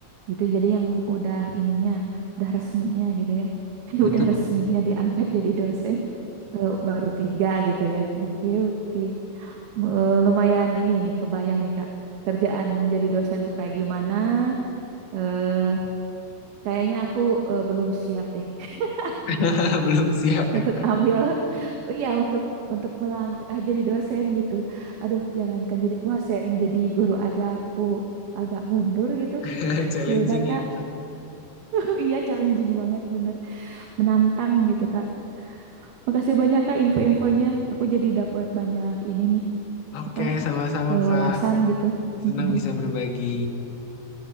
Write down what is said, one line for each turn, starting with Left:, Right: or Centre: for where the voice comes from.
Right: gitu. Jadi yang udah ininya, udah resminya gitu ya. <laughs>
Left: Betul,
Right: Udah resminya diangkat jadi dosen. Eh, baru tiga gitu ya. Oke, oke. Eh, lumayan ini nih kebayang nih Kak. Kerjaan jadi dosen tuh kayak gimana? Eh, kayaknya aku eh, belum siap deh <laughs>
Left: <laughs> belum siap ya,
Right: untuk
Left: Kak.
Right: ambil ya untuk untuk melangkah jadi dosen gitu. Aduh, jangankan jadi dosen, jadi guru aja aku agak mundur gitu.
Left: <laughs> Challenging
Right: Ya udah
Left: ya.
Right: Kak. <laughs> Iya, challenging banget bener. Menantang gitu Kak. Makasih banyak Kak info-infonya. Aku jadi dapat banyak ini nih
Left: Oke,
Right: apa
Left: sama-sama,
Right: eh,
Left: Kak.
Right: wawasan gitu.
Left: Senang
Right: Mm-mm.
Left: bisa berbagi.